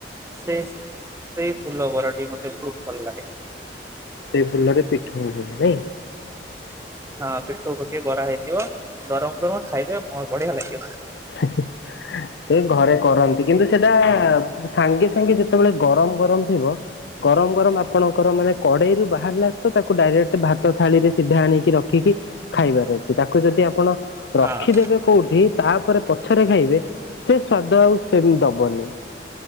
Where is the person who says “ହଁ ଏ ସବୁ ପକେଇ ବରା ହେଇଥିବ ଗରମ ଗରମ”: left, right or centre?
Right